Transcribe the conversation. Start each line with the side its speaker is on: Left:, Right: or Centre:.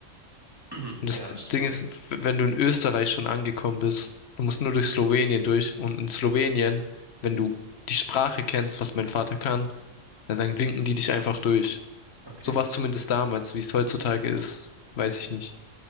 Right: <clears throat>
Left: Und
Right: Ja,
Left: das
Right: das stimmt
Left: Ding
Right: auch.
Left: ist, w- wenn du in Österreich schon angekommen bist, du musst nur durch Slowenien durch und in Slowenien, wenn du die Sprache kennst, was mein Vater kann, dann sagen, winken die dich einfach durch.
Right: Okay.
Left: So war es zumindest damals, wie es heutzutage ist, weiß ich nicht.